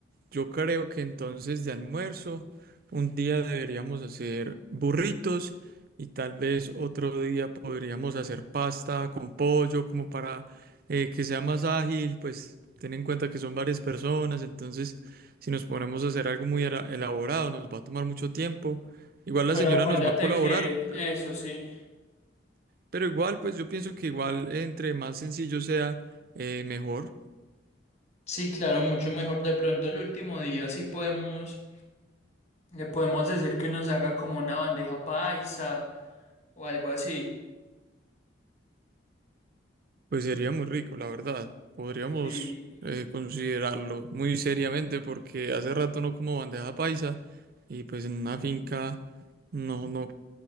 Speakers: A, on the right (about 50°); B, on the left (about 35°).
A: yo creo que entonces de almuerzo un día deberíamos hacer burritos y tal vez otro día podríamos hacer pasta con pollo como para eh, que sea más ágil, pues ten en cuenta que son varias personas, entonces si nos ponemos a hacer algo muy era- elaborado nos va a tomar mucho tiempo. Igual la
B: Pero
A: señora
B: acuérdate
A: nos va a colaborar,
B: que
A: pe-
B: eso sí.
A: pero igual pues yo pienso que igual entre más sencillo sea eh, mejor.
B: Sí, claro, mucho mejor. De pronto el último día sí podemos, le podemos decir que nos haga como una bandeja paisa o algo así.
A: Pues sería muy rico, la verdad. Podríamos
B: Sí.
A: eh, considerarlo muy seriamente porque hace rato no como bandeja paisa y pues en una finca no, no